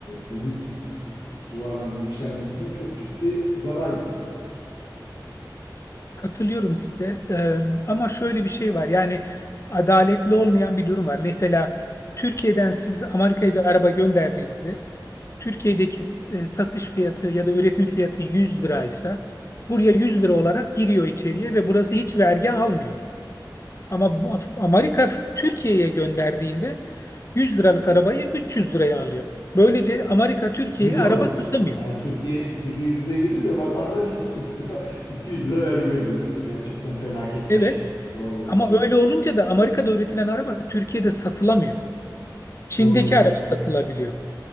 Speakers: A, on the left; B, on the left.
A: gümrük duvarlarının yükselmesine çok ciddi zarar veriyorlar tabii ki.
B: Katılıyorum size. Ee, ama şöyle bir şey var. Yani adaletli olmayan bir durum var. Mesela Türkiye'den siz Amerika'ya bir araba gönderdiğinizde Türkiye'deki e, satış fiyatı ya da üretim fiyatı 100 liraysa buraya 100 lira olarak giriyor içeriye ve burası hiç vergi almıyor. Ama bu- Amerika Türkiye'ye gönderdiğinde 100 liralık arabayı 300 liraya alıyor. Böylece Amerika Türkiye'ye
A: Biz
B: araba
A: alıyoruz.
B: satamıyor.
A: Yani Türkiye Türkiye 100 liraya geliyor da vatandaş 300 lira <laughs> 200 lira vergi ödüyor. Gerçekten felaket
B: Evet
A: bir şey. Doğru diyorsunuz.
B: ama öyle olunca da Amerika'da üretilen araba Türkiye'de satılamıyor. Çin'deki
A: Doğru diyorsunuz.
B: araba satılabiliyor.